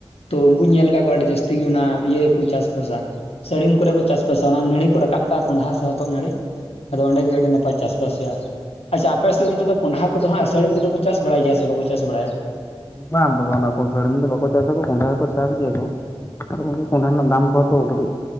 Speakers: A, on the left; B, on the left.
A: ᱛᱚ ᱩᱱᱠᱩᱧ ᱧᱮᱞ ᱟᱠᱟᱫ ᱠᱚᱣᱟ ᱟᱹᱰᱤ ᱡᱟᱹᱥᱛᱤ ᱜᱮ ᱚᱱᱟ ᱤᱭᱟᱹ ᱜᱮᱠᱚ ᱪᱟᱥ ᱵᱟᱟᱥᱟ᱾ ᱥᱟᱹᱲᱤᱢ ᱠᱚᱨᱮ ᱠᱚ ᱪᱟᱥᱵᱟᱥᱟ ᱚᱱᱟ ᱱᱟᱹᱲᱤ ᱠᱚ ᱨᱟᱠᱟᱵ ᱠᱟᱜᱼᱟ ᱠᱚᱸᱰᱷᱟᱟ ᱥᱮ ᱦᱚᱛᱚᱫ ᱱᱟᱹᱲᱤ᱾ ᱟᱫᱚ ᱚᱸᱰᱮ ᱜᱮ ᱟᱹᱰᱤ ᱱᱟᱯᱟᱭ ᱪᱟᱥᱵᱟᱥ ᱦᱩᱭᱩᱜᱼᱟ, ᱟᱪᱪᱷᱟ ᱟᱯᱮ ᱥᱮᱫ ᱱᱛᱮ ᱫᱚ ᱠᱚᱸᱰᱷᱟ ᱠᱚᱫᱚ ᱦᱟᱸᱜ ᱥᱟᱹᱲᱤᱢ ᱠᱚᱫᱚ ᱠᱚ ᱪᱟᱥ ᱵᱟᱲᱟᱭ ᱜᱮᱭᱟ ᱥᱮ ᱵᱟᱠᱚ ᱪᱟᱥ ᱵᱟᱲᱟᱭᱟ?
B: ᱵᱟᱝ ᱵᱟᱵᱟ ᱚᱱᱟ ᱠᱚ ᱥᱟᱹᱲᱤᱢ ᱫᱚ ᱵᱟᱠᱚ ᱪᱟᱥᱟᱚ ᱠᱚᱸᱰᱷᱟ ᱜᱮᱠᱚ ᱪᱟᱥ ᱜᱮᱭᱟ ᱠᱚ᱾ ᱱᱮᱛᱟᱨ ᱜᱚᱢᱠᱮ ᱠᱚᱸᱰᱷᱟ ᱨᱮᱱᱟᱜ ᱫᱟᱢ ᱠᱚᱦᱚᱸ ᱛᱚ ᱠᱟᱹᱴᱤᱡ